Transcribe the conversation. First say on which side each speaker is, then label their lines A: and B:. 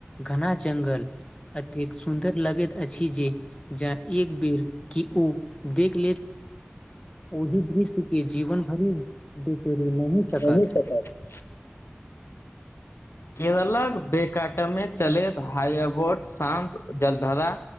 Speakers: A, on the left; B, on the left.
A: घना जंगल एतेक सुन्दर लगैत अछि जे ज एक बेर ओ देख लेत ओहि दृश्य के जीवन भरि बिसरि नहि सकत
B: उन्नस सटा <inaudible> <unintelligible> केरलक बेकाटमे चलैत हाइबोट शान्त जलधरा